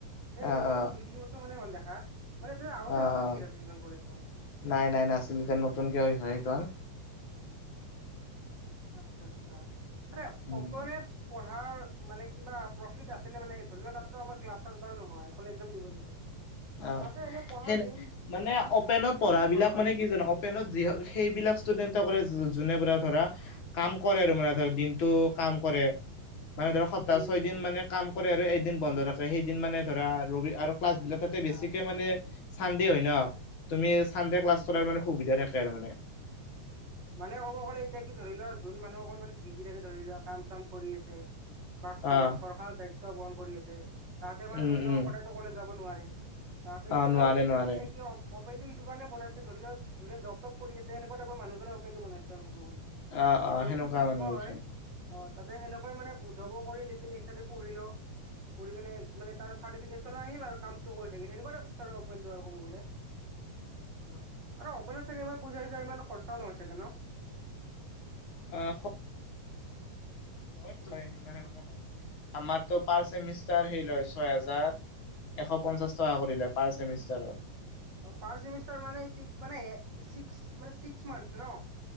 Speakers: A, on the right; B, on the left.
A: এ
B: অ
A: এনেটোতো
B: অ
A: দুই তিনি বছৰ মানে হল দেখা মানে আগতে
B: অ
A: ন আছিল
B: অ
A: নেকি এ তিনিজন কলেেশখন
B: নাই নাই নাছিল এতিয়া নতুনকে হৈ হৈছে সেইখন
A: <unintelligible> আচ্ছা আচ্ছা এ
B: উম
A: অপৰে পঢ ম কিবা প্ৰফিত আছে মানে ধ ল তাো আমাৰ্লাছ বাৰ নহয়্ দিব লাগে
B: অ
A: তাতে এনে পঢ়াৰ
B: সেইনে
A: মেইন
B: মানে অপেনত
A: কি কিহৰ
B: পঢ়া
A: কাৰণে
B: বিলাক
A: পাৰে
B: মানে কি জানো অপেনত যি সেইবিলাক কৰে যোনে প ধৰা কাম কৰে আৰু মানে ধ দিনটো কাম কৰে মানে ধৰ সপ্তাহ
A: হম
B: ছয়
A: হম
B: দিন মানে কাম কৰে আৰু এদিন বন্ধ থাকে সেইদিন মানে ধৰা ৰবি আৰু ক্লাছ
A: আচ্ছা
B: বিলাক তাতে
A: আচ্ছা
B: বেছিকে মানে চানডে হয় ন তুমি চানডে
A: উম
B: ক্লাছ কৰাৰ মানে সুবিধা থাকে আৰু মানে
A: মানে ক'ব গ'লে এতিয়া কি ধৰি লোৱা যোন মানুহ অকনমান বিজি থাকে ধৰি লোৱা কাম চাম কৰি আছে বা ঘৰ
B: অ',
A: ঘৰখনৰ দায়িত্ব বহন কৰি আছে তাহতে মানে
B: উম,
A: ধৰি লওক
B: উম,
A: সদায়তো কলে যাব নোৱাৰে তাতে সেইটো
B: অ', নোৱাৰে
A: কাৰণে কি
B: নোৱাৰে
A: মানে কি অপেনটো সেইটো কাৰণে বনাইছে ধৰি লওক যোনে জব জপ কৰি আছে এনেকুৱাটা মানুহৰে অপটো বনাই আৰু ক'ব
B: অ', অ',
A: আৰু
B: সেনেকুৱা
A: কি বুলি
B: মানে
A: কয়
B: পিছত অ',
A: অ তাতে সেনেকা ই মানে যব কৰি লি পিনি এক্সাইডে পঢ়ি ল কৰি কিনে মানে ত চাৰো আহিল আৰু কামটো কৰি থাকিল সেইটো কব বোলে অ আৰু অপনাথ চাগে ইমান পইচা হচা ইমান খৰচা নহয় চাগে ন
B: আহ সিমান সেনেকুৱা নহয় আমাৰতো পাৰ চেমিষ্টাৰ হে লয় ছয় হোজাৰ এশ পঞ্চাশ টকা কৰি লয় পাৰ ছেমিষ্টাৰত
A: পাৰ ছেমিষ্টাৰ মানে মানে মান ছিক্স মান ন